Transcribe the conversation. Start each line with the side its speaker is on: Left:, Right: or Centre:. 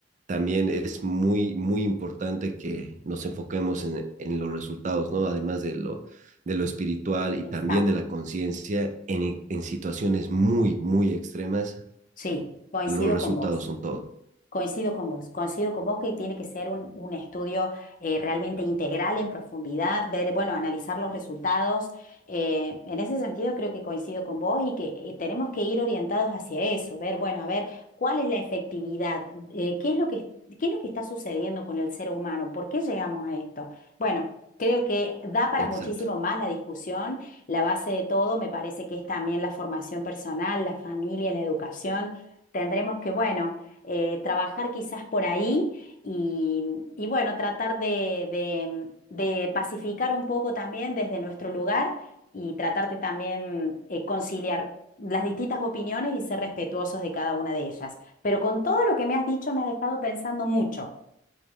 Right: también es muy, muy importante que nos enfoquemos en, en los resultados, ¿no? Además de lo, de lo espiritual y
Left: exacto.
Right: también de la conciencia, en, en situaciones muy, muy extremas,
Left: Sí, coincido
Right: los resultados
Left: con vos.
Right: son todo.
Left: Coincido con vos, coincido con vos que tiene que ser un, un estudio eh, realmente integral, en profundidad, ver, bueno, analizar los resultados. Eh, en ese sentido creo que coincido con vos y que eh, tenemos que ir orientados hacia eso, ver, bueno, a ver, cuál es la efectividad, Eh, qué es lo que, qué es lo que está sucediendo con el ser humano, por qué llegamos a esto. Bueno. Creo que da para
Right: Exacto.
Left: muchísimo más la discusión. La base de todo me parece que es también la formación personal, la familia, la educación. Tendremos que, bueno, eh, trabajar quizás por ahí y, y bueno, tratar de, de- de pacificar un poco también desde nuestro lugar y tratar de también eh, conciliar las distintas opiniones y ser respetuosos de cada una de ellas. Pero con todo lo que me has dicho me has dejado pensando mucho.